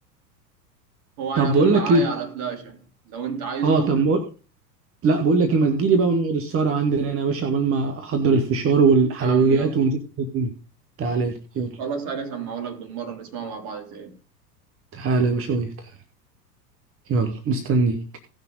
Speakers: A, on the right; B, on the right.
A: هو على
B: طب
A: العموم
B: بقول
A: معايا
B: لك ايه
A: على فلاشة لو انت عايزه
B: اه طب بقول... لا بقول لك
A: آه.
B: ايه ما تجيلي بقى ونقعد السهره عندنا هنا يا باشا عقبال ما احضر الفشار والحلويات
A: يا عم يلا
B: ونظبط الدنيا تعالى لي يلا
A: خلاص حاجة أسمعهولك بالمرة نسمعه مع بعض تاني
B: تعالى يا باشا تعالى يلا مستنيك